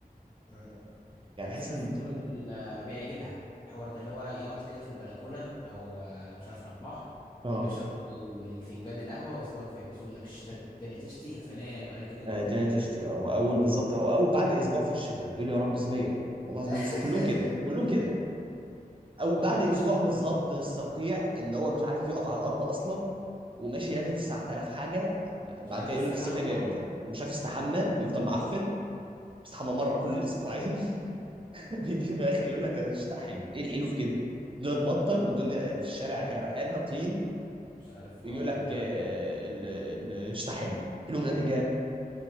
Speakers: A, on the left; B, on the right.
A: آه، آه.
B: يعني
A: لا
B: بحس
A: في ناس
B: ان
A: بتقول
B: الدنيا
A: آه، بيعجبها الحوار ده اللي هو يقعد كده في البلكونه او آه، مش عارف على البحر
B: اه
A: ويشرب له الفنجان القهوه ويسمع له فيروز ويقول لك الشتاء الدنيا تشتي يا سلام انا كده مزاج
B: آه، الدنيا تشتي اه واول بالظبط هو او بعد اسبوع في الشتاء بيقول يا رب صيفيا والله العظيم
A: <laughs>
B: بص، كلهم كده كلهم
A: آه.
B: كده او بعد
A: هو
B: اسبوع
A: إيش-
B: بالظبط الصقيع ان هو مش عارف يقف على الارض اصلا وماشي
A: مم.
B: لابس 9000 حاجه بعد
A: مش عارف
B: كده يقول
A: يستحمى
B: لك الصيف جاي
A: برضه
B: امتى هو مش عارف يستحمى
A: آه،
B: يفضل معفن بيستحمى مره كل اسبوعين <laughs> ويجي في الاخر يقول لك الشتاء حلو ايه الحلو في كده الدنيا تمطر الدنيا في الشارع غرقانه طين
A: مش عارف
B: يقول
A: اه
B: لك آه، ال- ال- الشتاء حلو حلو من انهي جهه